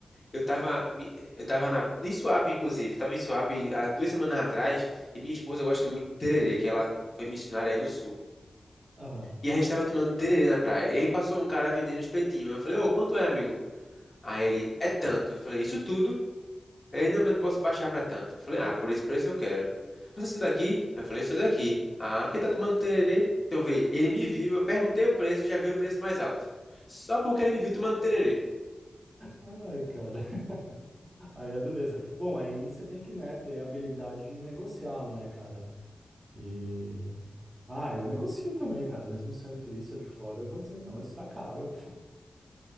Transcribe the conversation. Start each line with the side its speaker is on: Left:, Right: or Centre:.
Left: Eu tava, me- eu tava na, em Suape, inclusive. Eu tava em Suape há duas semanas atrás e minha esposa gosta muito de tererê, que ela foi missionária aí no sul.
Right: aham.
Left: E a gente tava tomando tererê na praia. E aí passou um cara vendendo espetinho. Eu falei, ô, quanto é, amigo? Aí ele, é tanto. Eu falei, isso tudo? Ele, não, mas eu posso baixar pra tanto. Eu falei, ah, por esse preço eu quero. Mas assim daqui? Aí Eu falei, sou daqui. Ah, porque tá tomando tererê? Então vê, ele me viu, eu perguntei o preço, já veio o preço mais alto. Só porque ele me viu tomando tererê.
Right: Ai, cara. <laughs> Aí é dureza. Bom, aí você tem que, né, ter habilidade de negociar, né, cara? E. Ah, eu negocio também, cara. Mesmo sendo turista de fora, eu vou dizer, não, isso tá caro.